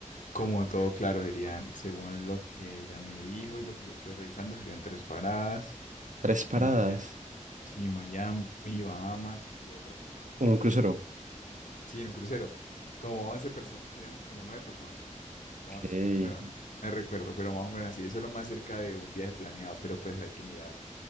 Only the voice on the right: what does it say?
tres paradas,
un crucero.
Ok.